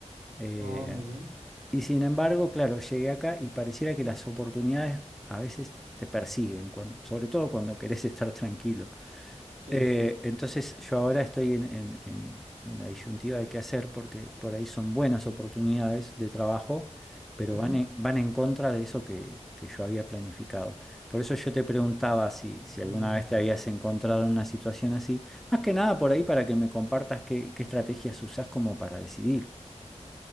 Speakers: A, in the centre; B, on the right.
A: eh,
B: Oh, muy bien.
A: y sin embargo, claro, llegué acá y pareciera que las oportunidades a veces te persiguen, cuan- sobre todo cuando querés <laughs> estar tranquilo.
B: Sí.
A: Eh, entonces yo ahora estoy en, en- en- en la disyuntiva de qué hacer porque por ahí son buenas oportunidades de trabajo, pero
B: Ujú.
A: van en, van en contra de eso que, que yo había planificado. Por eso yo te preguntaba si,
B: Mm,
A: si alguna vez te
B: ujú.
A: habías encontrado en una situación así, más que nada por ahí para que me compartas qué, qué estrategias usás como para decidir.